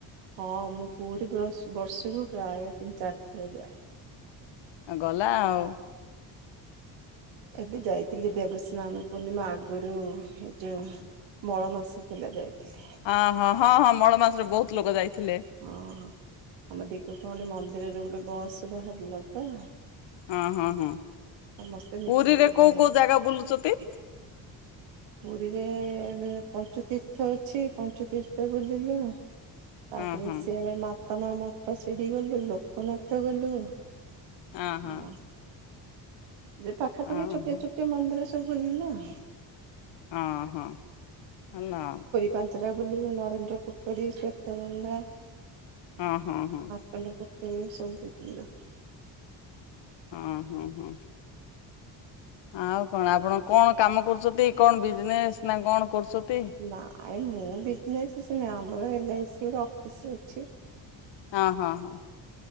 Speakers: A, on the right; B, on the left.
A: ହଁ ମୁଁ ପୁରୀ ବର୍ଷକୁ ପ୍ରାୟ ତିନି ଚାରି ଥର ଯାଏ।
B: ଗଲା ଆଉ।
A: ଏବେ ଯାଇଥିଲି ଦେବସ୍ନାନ ପୂର୍ଣ୍ଣିମା ଆଗରୁ ଏ ଯୋଉ। ମଳ ମାସ ଥିଲା ଯାଇଥିଲି।
B: ଅ ହଁ ହଁ ହଁ ମଳ ମାସରେ ବହୁତ ଲୋକ ଯାଇଥିଲେ।
A: ହଁ ଆମ ଦିଗପହଳି ମନ୍ଦିରରେ ଗୋଟେ ବସ୍ ବାହାରିଲା ତ।
B: ହଁ ହଁ ହଁ
A: ସମସ୍ତେ ମିଶିକି
B: ପୁରୀରେ କୋଉ
A: ଯାଏ
B: କୋଉ ଜାଗା ବୁଲୁଚଟି।
A: ପୁରୀରେ ପଞ୍ଚୁତୀର୍ଥ ଅଛି ପଞ୍ଚୁତୀର୍ଥ ବୁଲିଲୁ। ତାପରେ
B: ହଁ ହଁ
A: ସିଆଡେ ମାତା ମା ମଠ ସେଠି ଗଲୁ ଲୋକନାଥ ଗଲୁ। ହୁଁ।
B: ହଁ ହଁ
A: ଯେ ପାଖାପାଖି
B: ହଁ
A: ଛୋଟିଆ
B: ହଁ
A: ଛୋଟିଆ ମନ୍ଦିର ସବୁ ବୁଲିଲ ଆଉ।
B: ହଁ ହଁ ହନା।
A: ପାଞ୍ଚରା ବୋଲିଲୁ ନରେନ୍ଦ୍ର ପୋଖରୀ ଶେତ ଗଙ୍ଗା।
B: ହଁ ହଁ ହଁ।
A: ଅଣ୍ଡପତ ସବୁ ବୁଲିଲୁ
B: ହଁ ହଁ ହଁ। ଆଉ କଣ ଆପଣ କଣ କାମ କରୁଛନ୍ତି କଣ ବିଜନେସ ନା କଣ କରୁଛନ୍ତି।
A: ନାଇ ମୁଁ ବିଜନେସ୍ ଆମର ଏଲ ଆଇ ସି ର ଅଫିସର ଅଛି।
B: ହ ହଁ ହଁ।